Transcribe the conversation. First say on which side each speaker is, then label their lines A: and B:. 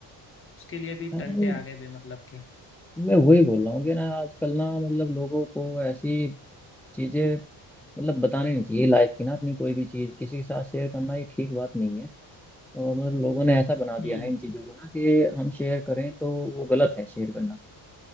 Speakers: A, on the left; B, in the centre.
A: उसके लिए भी
B: अरे,
A: टंटे आ गए बेमतलब
B: मैं वही बोल रहा हूँ कि ना आजकल ना मतलब लोगों को ऐसी चीजें मतलब बतानी नहीं चाहिए लाइफ की ना अपनी कोई भी चीज किसी के साथ शेयर करना ये ठीक बात नहीं है और मतलब लोगों ने ऐसा बना दिया
A: हम्म
B: है इन चीजों को ना कि हम शेयर करें तो वो गलत है शेयर करना